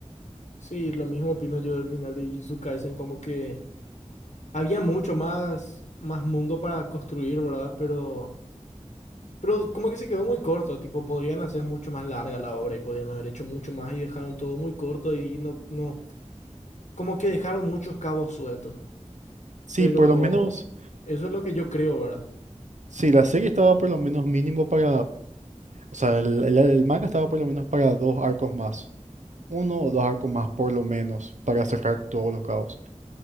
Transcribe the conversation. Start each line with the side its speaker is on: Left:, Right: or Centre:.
Left: Sí, lo mismo opino yo del final de Jujutsu Kaisen, como que había mucho más, más mundo para construir, ¿verdad? Pero, pero como que se quedó muy corto, tipo, podrían hacer mucho más larga la obra y podían haber hecho mucho más y dejaron todo muy corto y no, no, como que dejaron muchos cabos sueltos.
Right: Sí,
Left: Pero
Right: por lo menos,
Left: eso es lo que yo creo, ¿verdad?
Right: sí, la serie estaba por lo menos mínimo para, o sea, el, el, el manga estaba por lo menos para dos arcos más, uno o dos arcos más por lo menos, para cerrar todos los cabos.